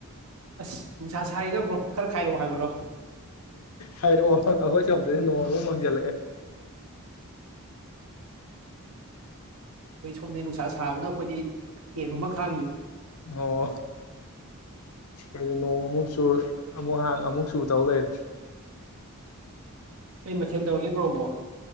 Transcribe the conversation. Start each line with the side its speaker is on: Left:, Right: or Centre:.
Right: ꯑꯁ ꯅꯨꯡꯁꯥ ꯁꯥꯔꯤꯗꯧꯕ꯭ꯔꯣ ꯈꯔ ꯈꯥꯏꯔꯛꯑꯣ ꯍꯥꯏꯕ꯭ꯔꯣ
Left: ꯍꯥꯏꯔꯛꯑꯣ ꯑꯩꯈꯣꯏ ꯁꯣꯝꯗꯁꯨ ꯅꯣꯡꯃꯨꯛ ꯃꯪꯁꯤꯜꯂꯛꯑꯦ
Right: ꯑꯩꯈꯣꯏ ꯁꯣꯝꯗ ꯅꯨꯡꯁꯥ ꯁꯥꯕꯅ ꯑꯩꯈꯣꯏꯗꯤ ꯀꯦꯟꯒꯨꯝꯕ ꯈꯥꯡꯉꯤ
Left: ꯑꯣ ꯍꯥꯏꯗꯤ ꯅꯣꯡꯃꯨꯛꯁꯨ ꯑꯃꯨꯛ ꯍꯥꯡ ꯑꯃꯨꯛ ꯁꯨ ꯇꯧ ꯂꯩ
Right: ꯀ ꯃꯊꯦꯜ ꯇꯧꯔꯒꯦꯕ꯭ꯔꯣꯕꯣ